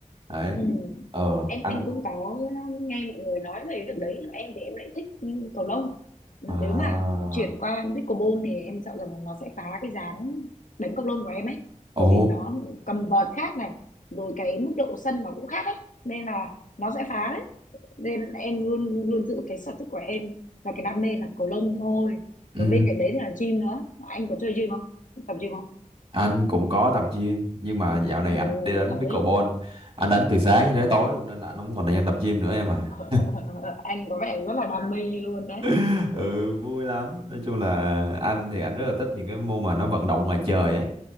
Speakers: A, on the right; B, on the left.
A: đấy
B: ừ
A: ờ
B: em
A: anh
B: em cũng có um, nghe mọi người nói về việc đấy nhưng em thì em lại thích ừ, cầu lông nếu
A: à
B: mà chuyển qua pickleball thì em sợ rằng nó sẽ phá cái dáng đánh cầu lông của em ấy
A: ồ
B: bởi vì nó cầm vợt khác này rồi cái mức độ sân nó cũng khác ấy nên là nó sẽ phá đấy nên em luôn luôn giữ cái sở thích của em và cái đam mê là cầu lông thôi
A: ừ
B: và bên cạnh đấy thì là gym nữa anh có chơi gym không tập gym không
A: anh cũng có tập gym nhưng mà dạo này
B: ok
A: anh đi đánh pickleball anh đánh từ sáng cho đến tối luôn nên là anh không còn thời gian tập gym nữa em à
B: <laughs> anh có vẻ rất là đam mê luôn đấy
A: <laughs> ừ vui lắm nói chung là anh thì anh rất là thích những cái môn mà nó vận động ngoài trời ấy